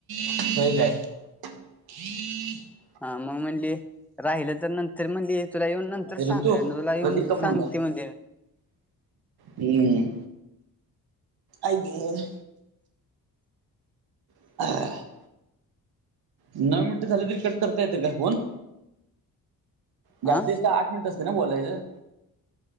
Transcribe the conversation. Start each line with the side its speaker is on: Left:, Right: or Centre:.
Right: व्हय काय ह
Centre: हा मग म्हणली राहिलं तर नंतर म्हणली तुला येऊन नंतर सांग
Right: ऋतू
Centre: तुला येऊन
Right: कधी का फोनला
Centre: सांगते म्हण
Right: हम्म आई गं <unintelligible> नऊ मिनिटं झाली तरी कट करता येतं का फोन जास्तीत
Centre: हा
Right: जास्त आठ मिनिटं <inaudible> बोलायचं